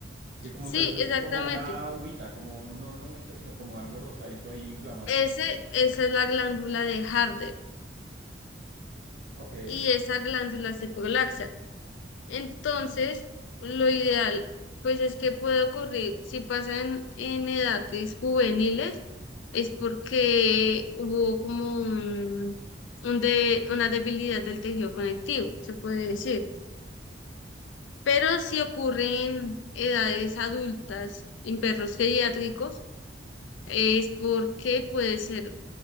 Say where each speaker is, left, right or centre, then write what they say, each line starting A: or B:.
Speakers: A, on the right (about 65°); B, on the left (about 80°).
A: Que como
B: Sí,
A: un tercer-
B: exactamente.
A: es como una uvita, como no, no uvita, sino como algo rosadito ahí inflamado.
B: Ese, esa es la glándula de Harder
A: Ok.
B: y esa glándula se prolaxa. Entonces, lo ideal, pues es que puede ocurrir si pasa en, en edades juveniles, es porque hubo como un, un de, una debilidad del tejido conectivo, se puede decir. Pero si ocurre en edades adultas, en perros pediátricos, es porque puede ser